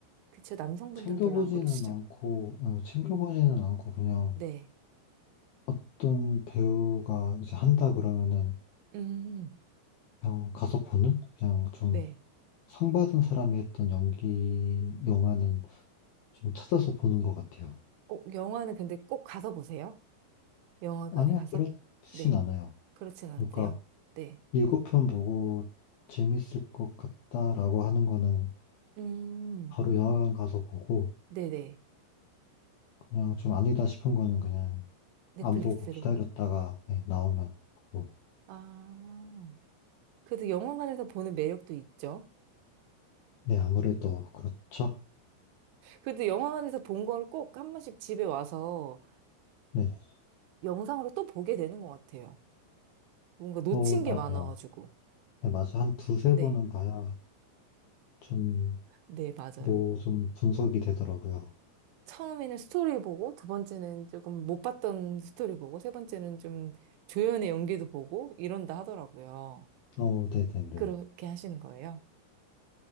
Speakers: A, on the right (about 80°); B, on the left (about 75°).
A: 그쵸. 남성분들은
B: 챙겨보지는
A: 별로 안 그러시죠?
B: 않고, 어, 챙겨보지는 않고, 그냥
A: 네.
B: 어떤 배우가 이제 한다 그러면은
A: 음,
B: 그냥 가서 보는? 그냥 좀
A: 네.
B: 상 받은 사람이 했던 연기 영화는 좀 찾아서 보는 것 같아요.
A: 어, 영화는 근데 꼭 가서 보세요. 영화관에
B: 아니요,
A: 가서.
B: 그렇진
A: 네.
B: 않아요.
A: 그렇진 않은데요.
B: 그러니까
A: 네.
B: 일곱 편 보고 재밌을 것 같다라고 하는 거는
A: 음,
B: 바로 영화관 가서 보고,
A: 네네.
B: 그냥 좀 아니다 싶은 거는 그냥
A: 넷플릭스로.
B: 안 보고 기다렸다가 네, 나오면 보고.
A: 아, 그래도 영화관에서 보는 매력도 있죠.
B: 네, 아무래도 그렇죠.
A: 그래도 영화관에서 본 걸 꼭 한 번씩 집에 와서
B: 네,
A: 영상으로 또 보게 되는 것 같아요. 뭔가 놓친
B: 어,
A: 게
B: 맞아요.
A: 많아가지고.
B: 네, 맞아요. 한 두세
A: 네.
B: 번은 봐야 좀,
A: 네, 맞아요.
B: 뭐, 좀 분석이 되더라고요.
A: 처음에는 스토리 보고, 두 번째는 조금 못 봤던 스토리 보고, 세 번째는 좀 조연의 연기도 보고, 이런다 하더라고요.
B: 어, 네네네.
A: 그렇게 하시는 거예요?